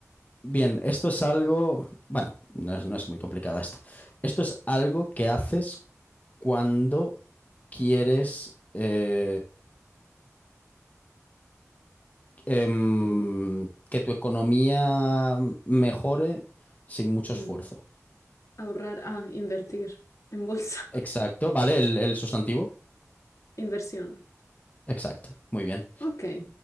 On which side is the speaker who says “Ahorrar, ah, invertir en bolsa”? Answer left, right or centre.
Left